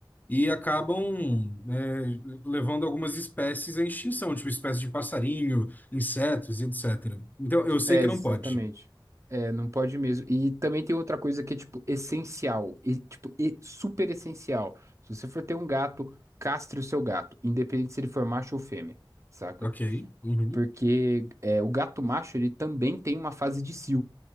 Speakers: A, on the left; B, on the right.
A: e acabam é, levando algumas espécies à extinção, tipo espécies de passarinho, insetos e etc. Então, eu sei
B: É,
A: que
B: exatamente.
A: não pode.
B: É, não pode mesmo. E também tem outra coisa que é, tipo, essencial. E, tipo, e super essencial. Se você for ter um gato, castre o seu gato, independente se ele for macho ou fêmea, saca?
A: Ok. Uhum.
B: Porque é, o gato macho, ele também tem uma fase de cio.